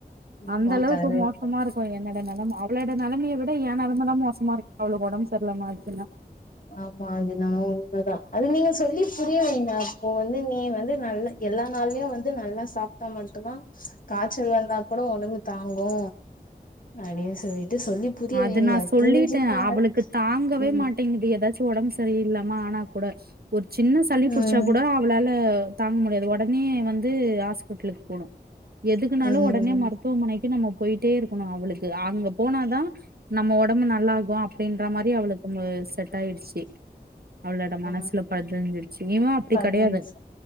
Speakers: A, on the left; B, on the right.
A: ஆமா
B: அந்தளவுக்கு
A: கரெக்ட்
B: மோசமா இருக்கு என்னட நெலம அவளோட நெலமிய விட் ட எ நெலமதா மோசமா இருக்கு அவளுக்கு ஒடம் சர்லாமாகுதுன்னா
A: ஆமா அது என்னமோ உண்மதா அது நீங்க சொல்லி புரிய வைங்க அப்போ வந்து நீ வந்து நல்லா எல்லா நாளுமே வந்து நல்லா சாப்ட்டா மட்டு்தா காச்சல் வந்தா கூட ஒடம்பு தாங்கு அடின் சொல்லி புரிய
B: அது
A: வைங்க
B: நா சொல்லிட்ட
A: புரிஞ்சுப்பாங்க
B: அவளுக்கு தாங்கவே
A: ம்
B: மாட்டேங்குது ஏதாச்சு ஒடம்பு சரியில்லாமா ஆனா கூட ஒருத் சின்ன சளி
A: ம்
B: புடிச்சா கூட அவளால தாங்க முடியாது ஒடனே வந்து ஹாஸ்பிட்லுக்கு போனு எதுக்குனாலு
A: ம்
B: ஒடனே மருத்துவமனைக் கு நம்ம போயிட்டே இருக்கணு அவளுக் கு அங்க போனாதா நம்ம ஒடம்பு நல்லாகு அப் டின்ற மாரி அவளுக்கு செட் ஆயிடுச்சி அவளோட மனசுல
A: ஆ
B: பதிஞ்சிடுச்சி இவே அப்டி
A: பதினஞ்சு
B: கெடையாது